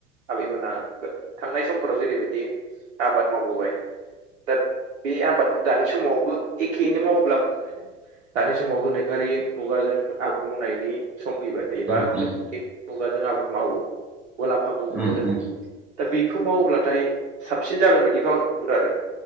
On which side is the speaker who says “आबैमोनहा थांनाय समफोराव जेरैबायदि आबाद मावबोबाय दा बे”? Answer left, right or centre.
Right